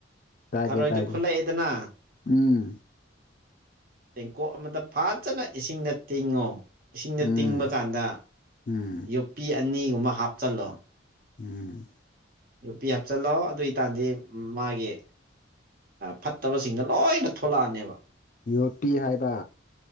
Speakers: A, on the left (about 40°); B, on the right (about 50°).
A: ꯇꯥꯒꯦ
B: ꯊꯔꯣꯏꯗꯨ
A: ꯇꯥꯒꯦ
B: ꯈꯨꯜꯠꯂꯛꯑꯦꯗꯅ
A: ꯎꯝ
B: ꯇꯦꯡꯀꯣꯛ ꯑꯃꯗ ꯐꯖꯅ ꯏꯁꯤꯡꯅ ꯇꯤꯡꯉꯨ ꯏꯁꯤꯡꯗ
A: ꯎꯝ
B: ꯇꯤꯡꯕ ꯀꯥꯟꯗ
A: ꯎꯝ
B: ꯌꯣꯠꯄꯤ ꯑꯅꯤꯒꯨꯝꯕ ꯍꯥꯞꯆꯜꯂꯣ
A: ꯎꯝ
B: ꯅꯨꯄꯤ ꯍꯥꯞꯆꯤꯜꯂꯣ ꯑꯗꯨꯏꯇꯥꯗꯤ ꯃꯥꯒꯤ ꯐꯠꯇꯕꯁꯤꯡꯗ ꯂꯣꯏꯅ ꯊꯣꯛꯂꯛꯑꯅꯦꯕ
A: ꯌꯣꯄꯤꯤ ꯍꯥꯏꯕ